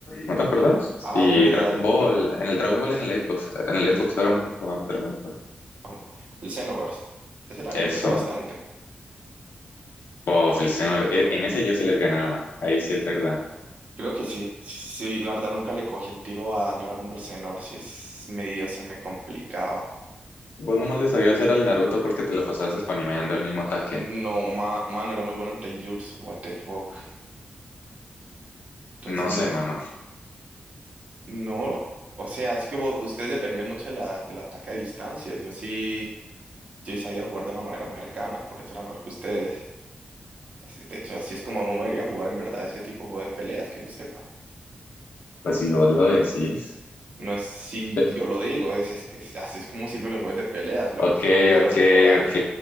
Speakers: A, on the left; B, on the right.
A: ¿no te acuerdas?
B: Ah,
A: Y
B: es verdad.
A: Dragon Ball, en el Dragon Ball en el Xbox, en el Xbox éramos jugábamos Dragon Ball.
B: Am- El Xenoverse. Ese también
A: Eso,
B: me gusta bastante.
A: pues, el señor, e- en ese yo sí les ganaba, ahí sí es verdad.
B: Creo que sí. Sí, sí, la verdad nunca le cogí el tiro al Dragon Ball Xenoverse. Es medio se me complicaba.
A: Vos nomás le sabías hacer al Naruto porque te la pasabas spanimeando el mismo ataque.
B: N- No, ma- mano, era muy bueno en Taijutsu, what the fuck. Entonces,
A: No
B: n-
A: sé, mano.
B: no. O sea, es que vo- ustedes dependían mucho de la, del ataque a distancias. Yo sí, yo sí sabía jugar de una manera más cercana, por eso era mejor que ustedes. Ese- De hecho, así es como uno debería jugar en verdad ese tipo de juego de peleas, que yo sepa.
A: Pues si vos lo decís.
B: No es si
A: Ve-
B: yo lo digo, es, es que es- así es como sirven los juegos de peleas, solo
A: Ok,
B: que ustedes no quisieron
A: ok,
B: mejorar.
A: ok.